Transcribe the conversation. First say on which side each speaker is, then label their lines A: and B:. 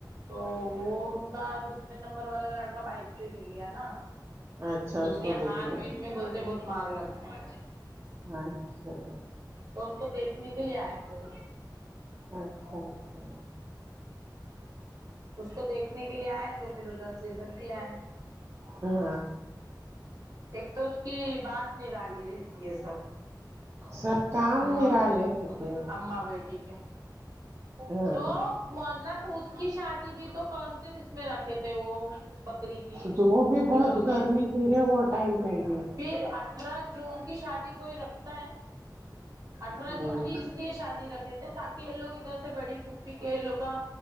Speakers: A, on the right; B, on the right.
A: تو وہ ان کا دوسرے نمبر والا لڑکا بائک سے گر گیا نا
B: اچھا
A: تو اس کے
B: کو دیکھنا
A: ہاتھ ویت میں بولتے بولتے مار ل تھا
B: اچھا
A: تو اس کو دیکھنے کے لیے آئے تھے
B: اچھا اچھا
A: اس کو دیکھنے کے لیے آئے تو پھر ادھر سے ادھر بھی آئے
B: ہوں
A: ایک تو اس کی بات نہیں رالی رہتی ہے سب
B: سب کام
A: امم
B: نرالے
A: بیٹی
B: رہتے ہیں
A: امما بیٹی
B: ہاں
A: تو مطلب اس کی شادی بھی تو کون س اس میں رکھے تھے وہ بکری کی ان
B: جو بھی بہت
A: لوگ نے
B: گرمی ت رہے وہ ٹائم پہ بھی
A: پھر اٹھارہ جون کی شادی کوئی رکھتا ہے اٹھارہ
B: ہوں
A: جون کی اس لیے شادی رکھے تھے تاکہ یہ لوگ ادھر سے بڑی پھوپھی کے لو کا